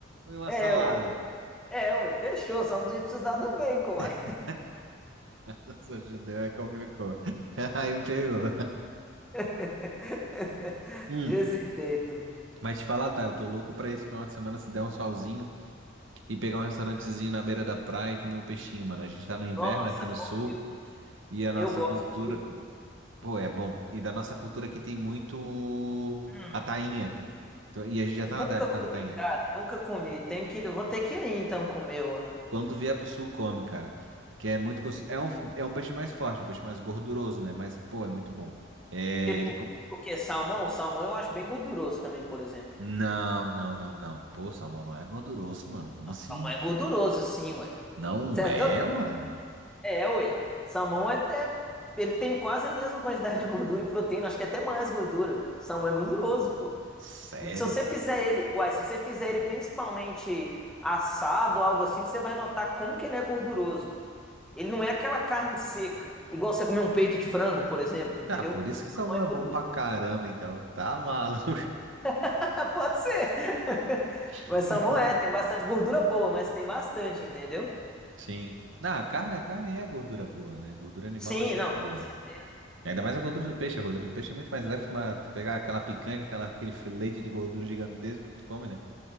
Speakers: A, on the right; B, in the centre.
A: e uma
B: É,
A: salada.
B: ué. É, ué. Fechou. Só não ia precisar do bacon,
A: <laughs>
B: uai.
A: Eu sou judeu, é complicou. <laughs> Aí me pegou.
B: <laughs>
A: Hum.
B: Desse jeito.
A: Mas te falar, tá, eu tô louco pra esse final de semana se der um solzinho e pegar um restaurantezinho na beira da praia e comer um peixinho, mano. A gente tá no inverno
B: Nossa,
A: aqui no
B: bom,
A: sul
B: viu?
A: e a nossa
B: Eu gosto,
A: cultura,
B: viu?
A: pô, é bom. E da nossa cultura aqui tem muito
B: Hum,
A: a tainha. Então, E a gente já tá
B: nunca
A: na época
B: comi,
A: da tainha.
B: cara. Nunca comi. Tem que, eu vou ter que ir aí, então comer, ué.
A: Quando vier pro sul, come, cara. Que é muito gostoso. É um, é um peixe mais forte, um peixe mais gorduroso, né? Mas, pô, é muito bom. É,
B: Tipo,
A: ele. co-
B: o quê? Salmão? Salmão eu acho bem gorduroso também, por exemplo.
A: Não, não, não, não. Pô, salmão não é gorduroso, mano. Como
B: Não,
A: assim?
B: salmão é gorduroso, sim, ué.
A: Não
B: Você é
A: é,
B: doido?
A: mano.
B: É, ué. Salmão é até. Ele tem quase a mesma quantidade de gordura e proteína. Acho que é até mais gordura. Salmão é gorduroso, pô.
A: Sério?
B: E Se você fizer ele, uai, se você fizer ele principalmente assado, algo assim, você vai notar como que ele é gorduroso. Ele não é aquela carne seca, igual você comer um peito de frango, por exemplo, entendeu?
A: Ah, por isso que salmão
B: Não é
A: é
B: gorduroso.
A: bom pra caramba, então. Tá maluco.
B: <laughs> Pode ser. <laughs>
A: <laughs>
B: Mas salmão é, tem bastante gordura boa, mas tem bastante, entendeu?
A: Sim. na a carne, a carne é gordura boa, né? Gordura animal
B: Sim,
A: é sempre
B: não,
A: boa.
B: com certeza.
A: Ainda mais a gordura do peixe. A gordura do peixe é muito mais leve que uma, tu pegar aquela picanha, aquela, aquele filete de gordura gigantesco que tu come, né?